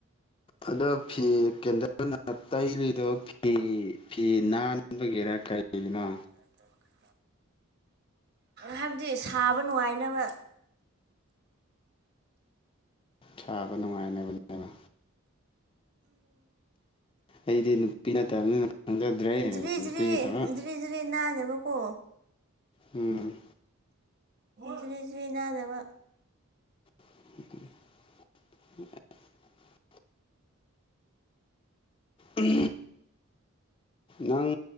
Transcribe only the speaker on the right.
<inaudible> ꯍꯥꯏꯕꯗꯤ ꯁꯥꯕ ꯅꯨꯡꯉꯥꯏꯅꯕ
ꯖꯤꯔꯤ
ꯖꯤꯔꯤ
ꯖꯤꯔꯤ ꯖꯤꯔꯤ ꯅꯥꯅꯕꯀꯣ
ꯖꯤꯔꯤ ꯖꯤꯔꯤ ꯅꯥꯟꯅꯕ